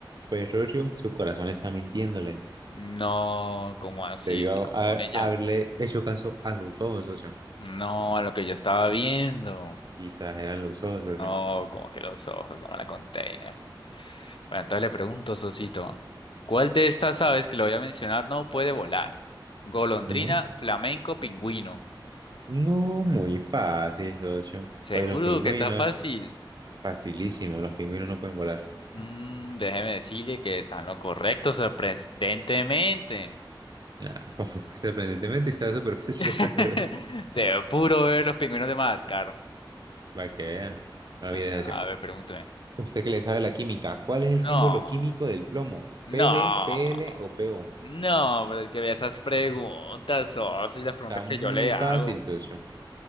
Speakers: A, on the right; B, on the left.
A: Pues, socio, su corazón está mintiéndole.
B: No, como así,
A: Debió
B: así como
A: a-
B: con
A: a-
B: ella.
A: haberle hecho caso a sus ojos, socio.
B: No, lo que yo estaba viendo.
A: Quizás eran los ojos, socio.
B: No, como que los ojos, no me la container. Bueno, entonces le pregunto, Sosito, ¿cuál de estas aves que le voy a mencionar no puede volar? Golondrina,
A: Ujú.
B: flamenco, pingüino.
A: No muy fácil, socio.
B: Seguro
A: Pues los pingüinos,
B: que está fácil.
A: facilísimo. Los pingüinos no pueden volar.
B: Mm, déjeme decirle que está en lo correcto, sorprendentemente.
A: Nada, <laughs> sorprendentemente estaba súper fácil
B: <laughs>
A: esa pregunta.
B: Te puro ver los pingüinos de Madagascar.
A: Para que vean. No, mire,
B: A
A: socio.
B: ver, pregúnteme.
A: Usted que le sabe la química, ¿cuál es el
B: No,
A: símbolo químico del plomo?
B: no,
A: ¿PB, PL o PO?
B: no, pero es que vea esas preguntas, oh, y las preguntas
A: Está
B: que
A: muy
B: yo le
A: fácil,
B: hago.
A: socio.